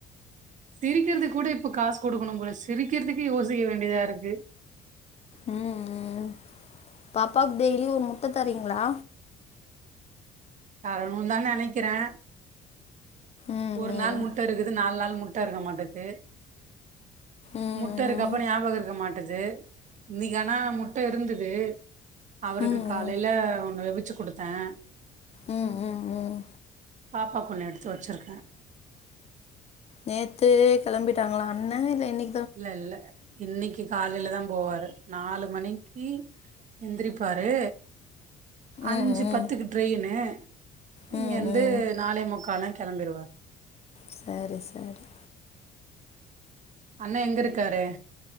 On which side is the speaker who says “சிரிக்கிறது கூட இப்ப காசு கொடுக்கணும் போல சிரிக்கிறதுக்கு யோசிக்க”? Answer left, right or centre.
Right